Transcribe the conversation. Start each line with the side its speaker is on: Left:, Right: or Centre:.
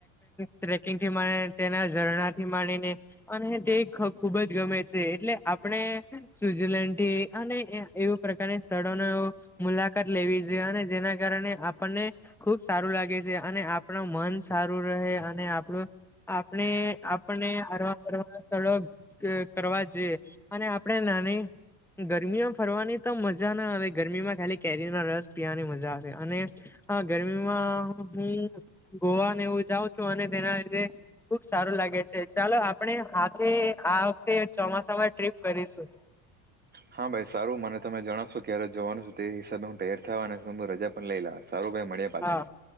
Centre: ટ્રેકિંગથી માડીને, ત્યાના ઝરણાથી માંડીને અને તે ખુબ જ ગમે છે. એટલે, આપણે સ્વઝરલેન્ડ થી અને એવું પ્રકારની સ્થળોને મુલાકાત લેવી જોઈએ અને જેના કારણે આપણને ખુબ સારું લાગે છે. અને આપણા મન સારું રહે અને આપણું આપણે આપને હરવા ફરવા સ્થળો કરવા જોઈએ. અને આપણે ગરમીઓ ફરવાની તો મજા ના આવે ગરમીમાં ખાલી કેરીનો રસ પીવાની મજા આવે અને ગરમીમાં હું, ગોવાને એવું જાઉં છું. અને તેના લીધે ખુબ સારું લાગે છે ચાલો. આપણે હાથે આ વખતે ચોમાસામાં ટ્રીપ કરીશું.
Right: હા, ભાઈ સારું મને તમે જણશો ક્યારે જવાનું છે તે હિસાબે હું તૈયાર થવા અને રજા પણ લઈ લાવ. સારું ભાઈ, મળ્યા પાછા.
Centre: હા